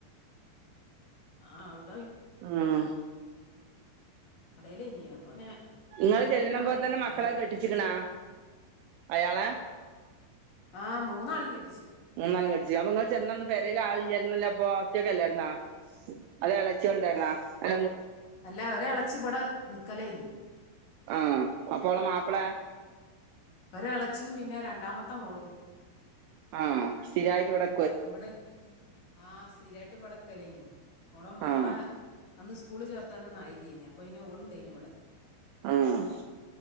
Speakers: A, on the left; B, on the right.
A: ആഹ് അവി
B: ആഹ
A: കടയിലേനി അപ്പൊ പിന്നെ
B: നിങ്ങള്
A: അയിന്
B: ചെല്ലണ
A: പിന്നെ
B: പോ ത ന്നെ മക്കളെഒക്കെ
A: അയില്
B: കെട്ടിച്ചിക്കണാ അയാള
A: ആഹ് മൂന്നാളും കെട്ടി
B: മൂന്നാണ് കെട്ടിച്ചീന് അപ്പൊ നിങ്ങൾ ചെന്നന്ന് പരയില ആളില്ലല്ലരുന്നല്ല അപ്പൊ ഒറ്റയൊക്കെ അല്ലായിരുന്നാ അത് ഇളച്ചി ഉണ്ടായിുന്ന അ
A: അല്ല ഒരേലച്ചി ബടെ നിക്കളെനി ഇനി
B: ആഹ അപ്പോ ഓളെ മാപ്പിള
A: ഒ ഇളച്ചിയും പിന്നെ രണ്ടാമത്തെ മോളു
B: ആഹ. സ്ഥിരായിട്ട് ഇവിടെ.
A: ഇവിടെ ആഹ സ്ഥിരായിട്ട്, ഇവിടെ നിക്കലയ്നി. ഓളെ മോളെ
B: ആഹ്
A: അന്ന് സ്കൂൾള് ചേർത്താനൊന്നായില്ലേനി. അപ്പോയ്നി. ഓളുണ്ടയ്നി ഇവിടെ.
B: ആഹ